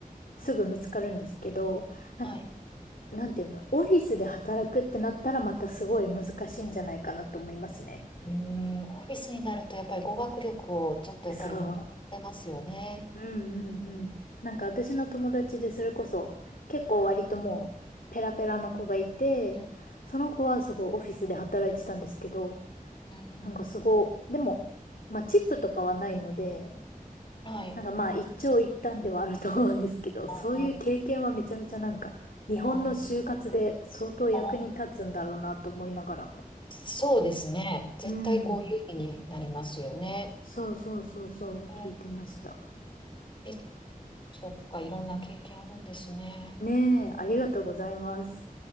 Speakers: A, on the left (about 75°); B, on the left (about 35°).
A: すぐ見つかるんですけど、なんか、
B: はい。
A: なんていうの、オフィスで働くってなったらまたすごい難しいんじゃないかなと思いますね。
B: うーん、オフィスになるとやっぱり語学力をちょっとやっぱり求められますよね。
A: そう。うんうんうん。なんか私の友達でそれこそ結構割ともうペラペラの子がいて、
B: うん、
A: その子はすごいオフィスで働いてたんですけど、
B: うん
A: なんかすごい、でも、まあチップとかはないので、
B: はい。
A: なんかまあ一長一短ではあると思うんですけど、
B: ああ、
A: <laughs> そういう経験はめちゃめちゃなんか、日本の就活で相当役に立つんだろうなと思いながら。
B: ああ、そうですね。絶対こう有利になりますよね。
A: うん。そうそうそうそう、
B: えー
A: 聞いてました。
B: え、そっか、いろんな経験あるんですね。
A: ねえ、ありがとうございます。